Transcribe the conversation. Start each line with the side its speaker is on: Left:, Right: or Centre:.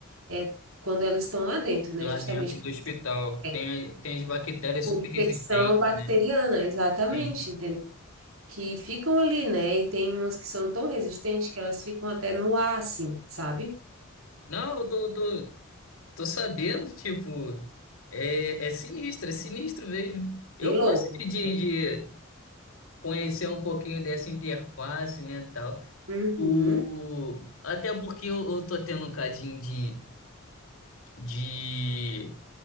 Right: é quando elas estão lá dentro, né?
Left: Lá
Right: Justamente
Left: dentro do
Right: por,
Left: hospital
Right: é,
Left: tem, tem as bactérias
Right: por
Left: super
Right: infecção
Left: resistentes,
Right: bacteriana,
Left: né?
Right: exatamente,
Left: Sim.
Right: que ficam ali, né? E tem umas que são tão resistentes que elas ficam até no ar, assim, sabe?
Left: Não, eu tô, tô, tô sabendo, tipo, é, é sinistro, é sinistro mesmo. Eu
Right: Bem
Left: gosto
Right: louco.
Left: de, de
Right: É.
Left: de conhecer um pouquinho dessa interface, né, tal.
Right: Uhum.
Left: O... Até porque eu, eu tô tendo um cadinho de, de,